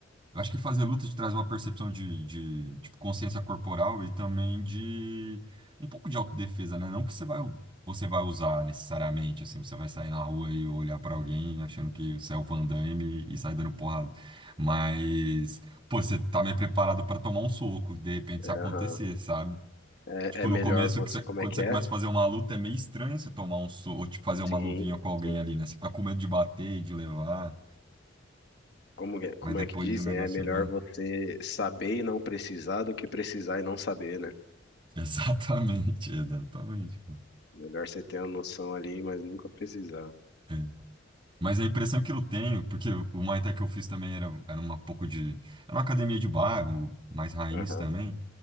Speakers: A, on the right (about 25°); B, on the left (about 60°).
A: Eu acho que fazer luta te traz uma percepção de, de, tipo, consciência corporal e também de um pouco de autodefesa, né? Não que você vai, você vai usar necessariamente, assim, você vai sair na rua e olhar pra alguém achando que você é o Van Damme e sair dando porrada. Mas, pô, você tá meio preparado pra tomar um soco, de repente
B: É,
A: se
B: aham.
A: acontecer, sabe?
B: É-
A: Tipo,
B: é melhor
A: no começo,
B: você,
A: que você-
B: como
A: quando
B: é que
A: você
B: é?
A: começa a fazer uma luta, é meio estranho você tomar um soco, ou tipo, fazer uma
B: Sim,
A: luvinha com alguém
B: sim.
A: ali, né? Você fica com medo de bater, de levar,
B: Como, é- como
A: mas depois
B: é que dizem?
A: o negócio
B: É melhor
A: vai.
B: você saber e não precisar do que precisar e não saber, né?
A: Exatamente, <laughs> exatamente.
B: Melhor você ter uma noção ali, mas nunca precisar.
A: É. Mas a impressão que eu tenho, porque o o Muay Thai que eu fiz também era, era uma pouco de. Era uma academia de bairro, mais raiz
B: Aham.
A: também.